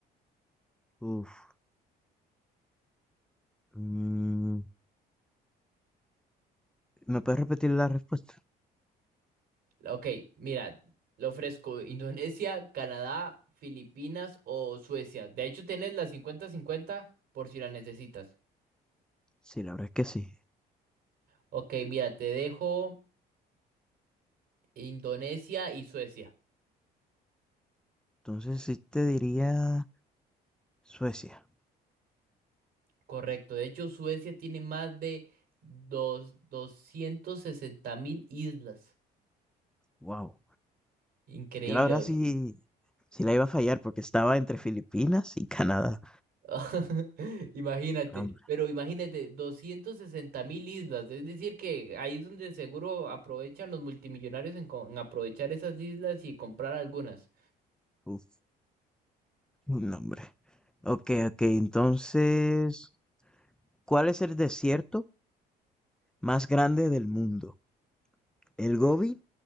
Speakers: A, in the centre; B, on the right (about 65°).
A: Uf. mm, ¿me puedes repetir la respuesta?
B: Ok, mira, lo ofrezco Indonesia, Canadá, Filipinas o Suecia. De hecho, tienes las cincuenta-cincuenta por si la necesitas.
A: Sí, la verdad es que sí.
B: Ok, mira, te dejo Indonesia y Suecia.
A: Entonces sí te diría Suecia.
B: Correcto. De hecho, Suecia tiene más de dos, 260 mil islas.
A: Wow.
B: Increíble.
A: Yo la verdad sí, sí la iba a fallar porque estaba entre Filipinas y Canadá.
B: <laughs> Imagínate,
A: No, hombre.
B: pero imagínate, 260 mil islas, es decir que ahí es donde seguro aprovechan los multimillonarios en, co- en aprovechar esas islas y comprar algunas.
A: Uf, no, hombre. Ok, ok. Entonces, ¿cuál es el desierto más grande del mundo? ¿El Gobi,